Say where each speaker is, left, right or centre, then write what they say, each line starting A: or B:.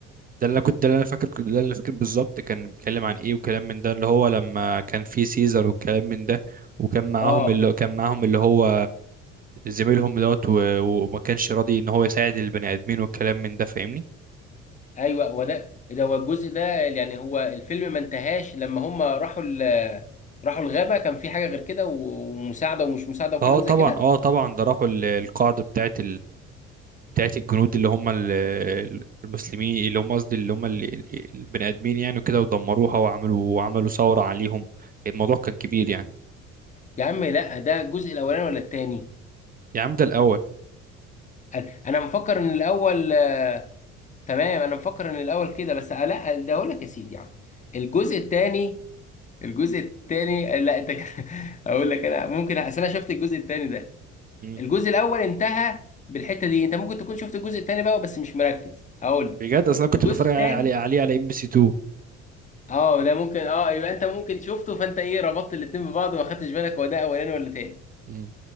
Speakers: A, on the right; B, on the left.
A: ده اللي انا كنت ده اللي انا فاكر ده اللي انا فاكر بالظبط كان بيتكلم عن ايه وكلام من ده اللي هو لما كان في سيزر والكلام من ده وكان معاهم
B: اه
A: اللي كان معاهم اللي هو زميلهم دوت و- وما كانش راضي ان هو يساعد البني ادمين والكلام من ده فاهمني
B: ايوه وده ده هو الجزء ده يعني هو الفيلم ما انتهاش لما هم راحوا ال- راحوا الغابه كان في حاجه غير كده و- ومساعده ومش مساعده وكلام
A: اه طبعا
B: زي كده
A: اه طبعا ده راحوا ال- القاعده بتاعت بتاعت الجنود اللي هم ال- المسلمين اللي هم قصدي اللي هم ال- البني ادمين يعني وكده ودمروها وعملوا وعملوا ثوره عليهم الموضوع كان كبير يعني
B: يا عم لا ده الجزء الاولاني ولا التاني
A: يا عم ده الاول
B: انا أنا مفكر ان الاول آه، تمام انا مفكر ان الاول كده بس آه، لا ده اقول لك يا سيدي يعني الجزء التاني الجزء التاني آه، لا انت كده- <laughs> اقول لك انا ممكن اصل انا شفت الجزء التاني ده
A: مم.
B: الجزء الاول انتهى بالحته دي انت ممكن تكون شفت الجزء التاني بقى بس مش مركز هقول
A: بجد
B: لك
A: اصل انا كنت
B: الجزء
A: بتفرج
B: التاني
A: عليه عليه على ام بي سي 2
B: اه ده ممكن اه يبقى انت ممكن شفته فانت ايه ربطت الاتنين ببعض وما خدتش بالك هو ده اولاني ولا تاني
A: مم.